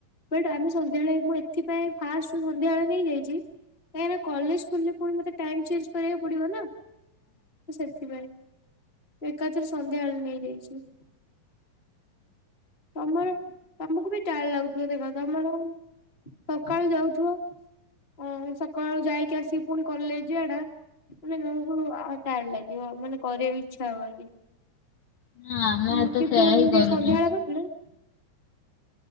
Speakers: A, on the left (about 20°); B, on the left (about 60°).
A: ବଟ୍ ଆମେ ସନ୍ଧ୍ୟାବେଳେ ମୁଁ ଏଥିପାଇଁ ଫାଷ୍ଟରୁ ସନ୍ଧ୍ୟାବେଳେ ନେଇଯାଇଛି କାହିଁକି ନା କଲେଜ ଖୋଲିଲେ ପୁଣି ମତେ ଟାଇମ୍ ଚେଞ୍ଜ କରିବାକୁ ପଡିବ ନା। ତ ସେଥିପାଇଁ ମୁଁ ଏକାଥରେ ସନ୍ଧ୍ୟାବେଳେ ନେଇଯାଇଛି। ତମର ତମକୁ ବି ଟାଏଡ୍ ଲାଗୁଥିବ ଦେଖ ତମର ସଖାଳୁ ଯାଉଥିବ ଓ ସକାଳୁ ଯାଇକି ଆସିକି ପୁଣି କଲେଜ ଜିବାଟା ମାନେ ତମକୁ ଆ ଟାୟାଡ୍ ଲାଗିବ ମାନେ କରିବାକୁ ଇଚ୍ଛା ହବନି।
B: ନା ଆମେ
A: ହୁଁ
B: ତ
A: କିନ୍ତୁ
B: ସେୟା
A: ଏମିତି
B: ହିଁ କରୁଛୁ।
A: ସନ୍ଧ୍ୟା ବଳେ କରିଥିଲେ।